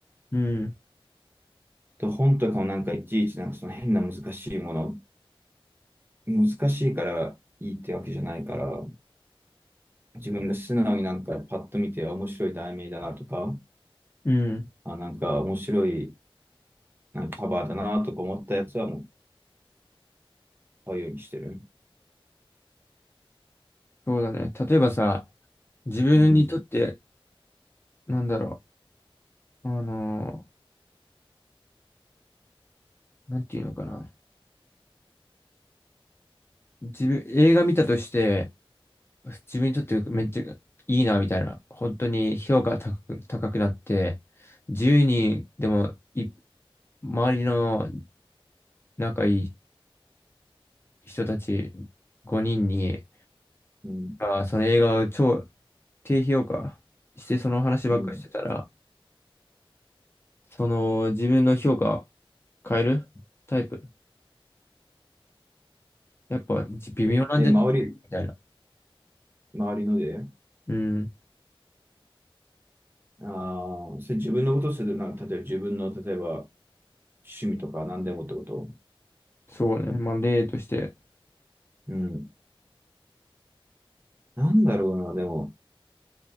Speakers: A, on the left (about 25°); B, on the right (about 20°).
A: うん、
B: と本とかもなんかいちいちなんかその変な難しいもの、難しいからいいってわけじゃないから、自分が素直になんかパッと見て面白い題名だなとか、
A: うん、
B: あ、なんか面白いなんかカバーだなとか思ったやつはもう買うようにしてる。
A: そうだね。例えばさ、自分にとって、
B: うん、
A: なんだろう、あのーなんていうのかな。自分、映画見たとして、自分にとってめっちゃいいな、みたいな。本当に評価が高く、高くなって、10人でもい、周りの仲いい人たち5人に、
B: うん、
A: あー、その映画を超低評価してその話ばっかりしてたら、
B: うん。
A: その自分の評価変えるタイプ。やっぱじ微妙なんじゃないみたいな。
B: え、え、周り、周りので、
A: うん。
B: ああ、それ自分のことするな、例えば自分の、例えば趣味とか何でもってこと
A: そうね。まあ例として。
B: うん。なんだろうな、でも、